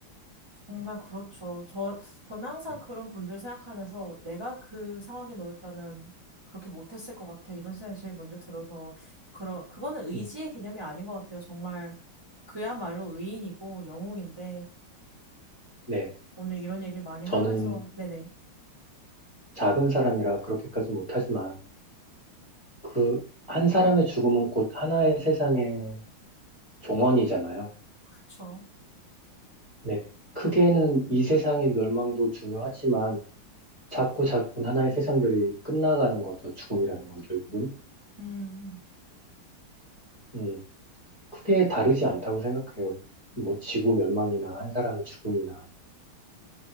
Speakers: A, on the right; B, on the left.
A: 정말 그렇죠. 저, 저는 항상
B: 음,
A: 그런 분들 생각하면서 내가 그 상황에 놓였다면 그렇게 못했을 것 같아. 이런 생각이 제일 먼저 들어서, 그러, 그거는 의지의
B: 음,
A: 개념이 아닌 것 같아요. 정말 그야말로 의인이고 영웅인데
B: 네.
A: 오늘 이런 얘기를 많이
B: 저는
A: 하면서 네네
B: 작은 사람이라 그렇게까지 못하지만, 그, 한 사람의 죽음은 곧 하나의 세상의 종언이잖아요.
A: 그쵸.
B: 네. 크게는 이 세상의 멸망도 중요하지만, 작고 작은 하나의 세상들이 끝나가는 거죠. 죽음이라는 건 결국은.
A: 음,
B: 음, 크게 다르지 않다고 생각해요. 뭐, 지구 멸망이나 한 사람의 죽음이나.